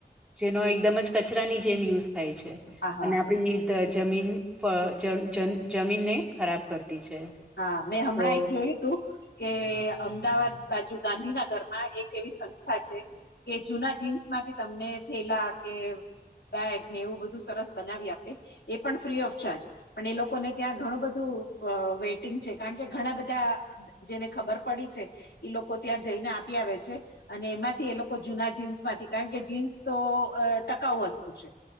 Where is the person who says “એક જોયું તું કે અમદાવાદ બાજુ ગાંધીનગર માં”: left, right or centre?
Left